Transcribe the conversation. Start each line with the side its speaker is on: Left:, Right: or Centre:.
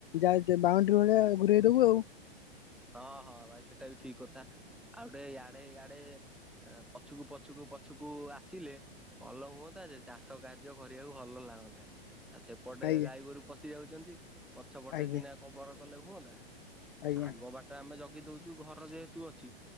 Left: ଯାଇକି ବାଉଣ୍ଡରି ଭଳିଆ ଘୁରେଇ ଦୋବୁ ଆଉ।
Centre: ହଁ ହଁ ଭାଇ ସେଟା ବି ଠିକ କଥା ଆଉ ଗୋଟେ ୟାଡେ ୟାଡେ ପଛୁକୁ ପଛୁକୁ ପଛକୁ ଆସିଲେ ଭଲ ହୁଅନ୍ତା ଯେ ଚାଷ କାର୍ଯ୍ୟ କରିବାକୁ ଭଲ ଲାଗନ୍ତା। ଆ ସେପଟେ
Left: ଆଜ୍ଞା
Centre: ଗାଈ ଗୋରୁ ପଶି ଯାଉଚନ୍ତି ପଛପଟେ
Left: ଆଜ୍ଞା
Centre: ସିନା କଭର କଲେ ହୁଅନ୍ତା।
Left: ଆଜ୍ଞା।
Centre: ଆଗ ବାଟ ଆମେ ଜଗି ଦୋଉଚୁ ଘର ଯେହେତୁ ଅଛି